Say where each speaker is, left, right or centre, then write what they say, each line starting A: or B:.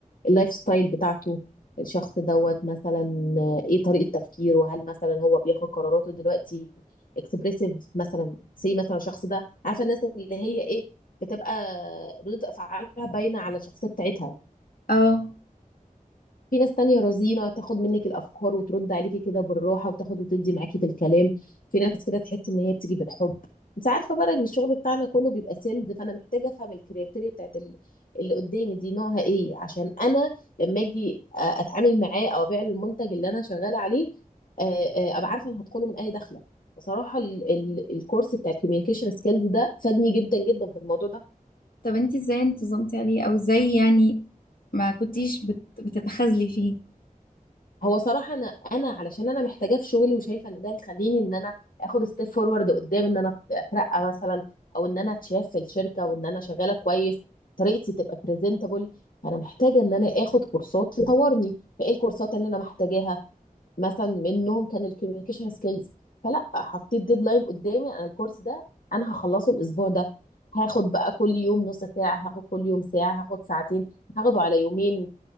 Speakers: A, on the left; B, on the left.
A: اللايف ستايل بتاعته الشخص دوت مثلا آه، ايه طريقه تفكيره وهل مثلا هو بياخد قراراته دلوقتي اكسبريسيف مثلا سي مثلا الشخص ده عارفه الناس اللي هي ايه بتبقى ردود افعالها باينه على الشخصيه بتاعتها
B: اه
A: في ناس تانية رزينة تاخد منك الافكار وترد عليكي كده بالراحه وتاخد وتدي معاكي في الكلام في ناس كده تحس ان هي بتيجي بالحب انت عارفه بقى ان الشغل بتاعنا كله بيبقى سيلز فانا محتاجه افهم الكرياتيريا بتاعت ال- اللي قدامي دي نوعها ايه عشان انا لما اجي أ- اتعامل معاه او ابيع له المنتج اللي انا شغاله عليه آه، آه، ابقى عارفه انا هدخله من اي دخله بصراحه ال- ال- الكورس بتاع الكوميونيكيشن سكيلز ده فادني جدا جدا في الموضوع ده
B: طب انتي ازاي انتظمتي عليه او ازاي يعني ما كنتيش بت... بتتخاذلي فيه
A: هو صراحة أنا أنا علشان أنا محتاجاه في شغلي وشايفة إن ده يخليني إن أنا آخد ستيب فورورد قدام إن أنا أترقى مثلا أو إن أنا أتشاف في الشركة وإن أنا شغالة كويس طريقتي تبقى بريزنتابل فأنا محتاجة إن أنا آخد كورسات تطورني فإيه الكورسات اللي أنا محتاجاها مثلا منهم كان الكوميونيكيشن سكيلز فلا حطيت ديدلاين قدامي أنا الكورس ده أنا هخلصه الأسبوع ده هاخد بقى كل يوم نص ساعة هاخد كل يوم ساعة هاخد ساعتين هاخده على يومين